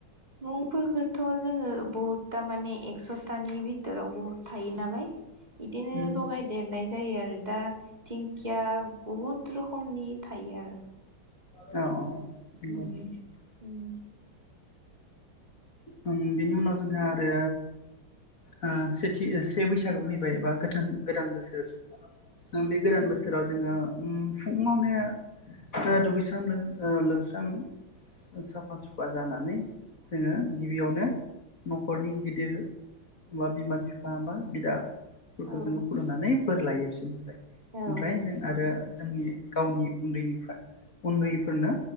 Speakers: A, on the right; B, on the left.
A: मुंफोर थ' जोङो बहुदथा माने एकस' थानि बिथोराव बहुद थायो नालाय बिदिनो
B: उम
A: लगाय देरनाय जायो आरो दा दिंखिया बहुद रोखोमनि थायो आरो
B: औ
A: उम
B: नंगौ
A: उम
B: ओम बेनि उनाव जोंहा आरो ओ सेथि से बैसागो फैबाय बा गोथोन गोदान बोसोर बे गोदान
A: उम
B: बोसोराव जोङो उम फुङावनो ओ दुगैस्रां ओ लोबस्रां साफा सुफा जानानै जोङो गिबियावनो न'खरनि गिदिर बा बिमा बिफा बा बिदा फोरखौ
A: औ
B: जोङो खुलुमनानै बोर लायो बिसोरो
A: औ
B: ओमफ्राय जों आरो जोंनि गावनि उन्दैनिफ्रा उन्दैफोरनो